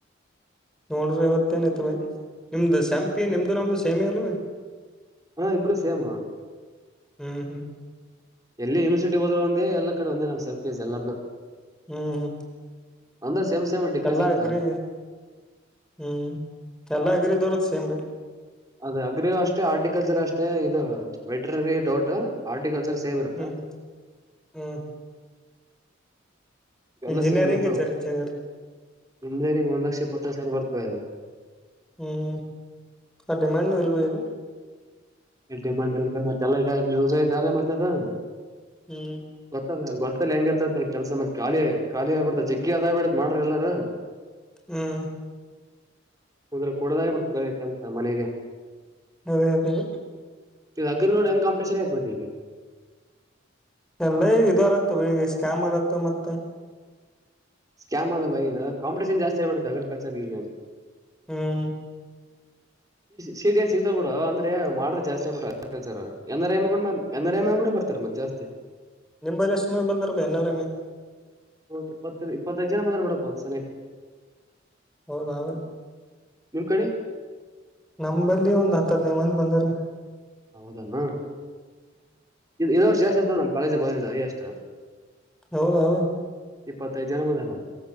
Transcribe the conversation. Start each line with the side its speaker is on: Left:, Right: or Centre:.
Centre: ನೋಡ್ರಿ ಇವತ್ತೇನ ಇತ್ ಭೈ ನಿಮ್ದು ಶ್ಯಾಂಪಿ ನಿಮ್ದು ನಮ್ದು ಸೇಮಿ ಅಲ್ವ.
Right: ಹೂ ಇಬರ ಸೇಮ.
Centre: ಹ್ಮ್ ಹ್ಮ್
Right: ಎಲ್ಲಿ ಯೂನಿವರ್ಟಿ ಹೋದ್ರು ಒಂದೇ ಎಲ್ಲ ಕಡೆ ಒಂದೇ ನಮ್ ಸೆಂಫಸ್ ಎಲ್ಲಾರ್ದು.
Centre: ಹ್ಮ್ ಹ್ಮ್.
Right: ಅಂದ್ರ ಸೇಮ್ ಸೇಮ್ ಡಿಗ್ರೀಸ್
Centre: ಎಲ್ಲಾ
Right: ಆಗ್ತ.
Centre: ಅಗ್ರಿ ಹ್ಮ್ ಎಲ್ಲ ಅಗ್ರಿದವರು ಸೇಮ್ ಬೈ.
Right: ಅದ ಅಗ್ರಿ ಅಷ್ಟೇ ಆರ್ಟಿಕಲ್ಚರ್ ಅಷ್ಟೇ ಇದು ವೈಟ್ರ ಡೌಟ್ ಆರ್ಟಿಕಲ್ಚರ್. ಸೇಮ್ ಇರುತ್ತ
Centre: ಹ್ಮ್ ಹ್ಮ್.
Right: ಎಲ್ಲ
Centre: ಇಂಜಿನಿಯರಿಂಗ್
Right: ಸೇಮ್ ಇರ್ತಾವ
Centre: ಜರ ಚೇಂಜ್ ಇರ್ತ
Right: ಇಂಜಿನಿಯರಿಂಗ್ ಒಂದ್ ಲಕ್ಷ ಇಪ್ಪತ್ತೈ ಸಾವಿರ ಬರ್ತವೆ ಅದು.
Centre: ಹ್ಞ ಆ ಡಿಮಂಡ್ ಎಲ್ಲ ಬೈ ಅದು.
Right: ಡಿಮಾಂಡ್ ಎ ಮತ್ತೆ ಇದೂಸ್ ಐ ಅಲ್ಲ ಮತ್ತೆ ಅ
Centre: ಹ್ಮ್
Right: ಗೊತ್ತಲ್ಲ. ಮತ್ತ ಹೆಂಗರ್ತತಿ ಕೆಲಸತ್ಖಾಲಿ ಖಾಲಿ ಆಗ್ಬ ಬಿಡತದ ಜಗ್ಗ ಅದಬ ಬಿಡತ್ ಮಾಡ್ರ ಎಲ್ಲಾರು.
Centre: ಹ್ಮ್.
Right: ಕುಂದ್ರೆ ಕೊಡದಾಗ ಬಿಡ್ತ ಬರ ಕೆಲ್ಸ ಮನೆಗೆ.
Centre: ಅದೇ ಅದೇ ಅ.
Right: ಇ ಅಗ್ರಿ ನೋಡಿಂಗ ಕಾಂಪಿಟೇಷನ್ <unintelligible> ಈಗ.
Centre: ಎಲ್ಲ ಈಗ ಇದು ಅಲತ್ತ ಬೇಗ ಸ್ಕ್ಯಾಮ್ ಅಗತ್ತ ಮತ್ತ.
Right: ಸ್ಕ್ಯಾಮ್ ಅಲ್ಲ ಬೈ ಕಾಂಪಿಟೇಷನ್ ಜಾಸ್ತಿ ಆಗ್ಬಿಟೈತೆ ಅಗ್ರಿಕಲ್ಚರ ಈಗ.
Centre: ಹ್ಮ್.
Right: ಶೀಟ ನ್ ಸಿಗ್ತಾ ಬಿಡು ಅಂದ್ರೆ ಮಾಡೋ ಜಸ್ ಆಗ್ಬಿು್ರಲ್ರ್ ಎರ ಎ ಎ ಎಮೂಡ ಬತ. ರ ಮ್ ಜಾಸ್ತಿ.
Centre: ನಿಮ್ಲ್. ಎಷ್ಟ ಬಂದರ ಬನಾರಮ್ಮಿ
Right: ಹ ಇಪ್ಪತ್ತ ಇಪ್ಪತ್ತೈದು ಜನ ಬಂದಾರ ಬಿಡಪ್ಪ ಅಂದ ಸಲಕ್.
Centre: ಹೌದಾವ
Right: ನಿಮ್ ಕಡೆ
Centre: ನಲ್ಲಿ ಒಂದ್ ಹತ್ತ ಹದನೇ ಮಂದ ಬಂದ. <inaudible>
Right: ಹೌದಣ ಇ ವರ್ಷ ವಷ ಅಂತ ನಮ್ ಕಾಲೇಜ ಬಂದಿದ್ದ ಹಾಗೆ ಅಷ್ಟ.
Centre: ಹೌದ ಹೌ.
Right: ಇಪ್ಪತ್ತೈದು ಜನ ಮಂದವ